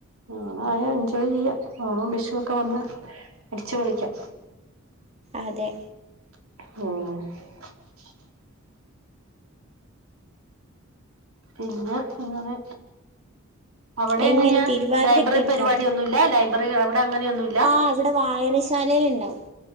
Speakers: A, on the right; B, on the right.
A: ആണായാ എൻജോയ് ചെയ്യാം ഓണവും വിഷുവോക്കെ വന്ന അടിച്ചു പൊളിക്കാം
B: അതെ
A: മം പിന്നെ ഇങ്ങനെ അവിടെ
B: എങ്ങനെ
A: എങ്ങനെയാ
B: തിരുവാതിരൊക്കെ
A: ലൈബ്രറി
B: കളിക്കാൻ
A: പരിപാടി
B: പറ്റോ
A: ഒന്നുമില്ല ലൈബ്രറി അവിടെ അങ്ങനെയൊന്നുമില്ല
B: ആഹ് ഇവിടെ വായനശാലയിൽ ഇണ്ടാവും